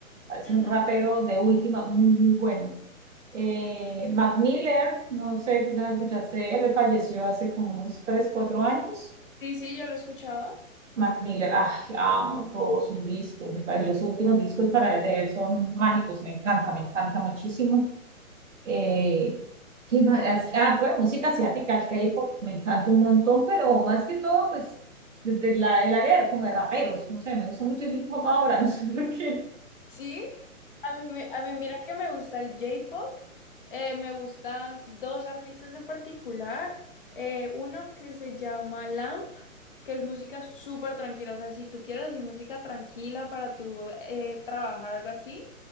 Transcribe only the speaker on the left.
ujú.
Sí, sí, yo lo he escuchado.
Sí, a mí, me- a mí mira que me gusta el J-pop. eh, me gustan dos artistas en particular. eh, uno que se llama Lamp, que es música súper tranquila. O sea, si tú quieres así música tranquila para tu eh, trabajar, algo así,